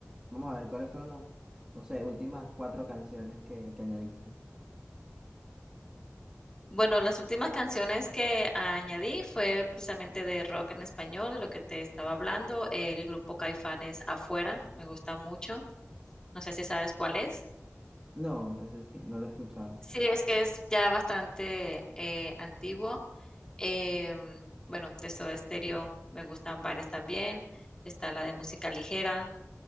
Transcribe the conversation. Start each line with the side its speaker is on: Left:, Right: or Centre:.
Right: Vamos a ver, ¿cuáles fueron las, no sé, últimas cuatro canciones que, que añadiste?
Left: Bueno, las últimas canciones que añadí fue precisamente de rock en español, de lo que te estaba hablando. El grupo Caifanes Afuera, me gusta mucho. No sé si sabes cuál es.
Right: No, eso sí, no lo he escuchado.
Left: Sí, es que es ya bastante eh, antiguo. Em, bueno, de Soda Stereo me gustan varias también. Está la de música ligera,